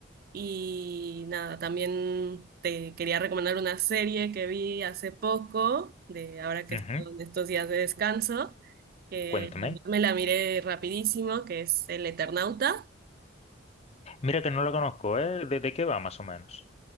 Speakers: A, on the right (about 50°); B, on the left (about 30°).
A: y nada, también te quería recomendar una serie que vi hace poco, de ahora que
B: Ujú,
A: estoy en estos días de descanso que
B: Cuéntame.
A: la verdad me la miré rapidísimo, que es El Eternauta.
B: Mira que no la conozco, ¿eh? ¿De, de qué va, más o menos?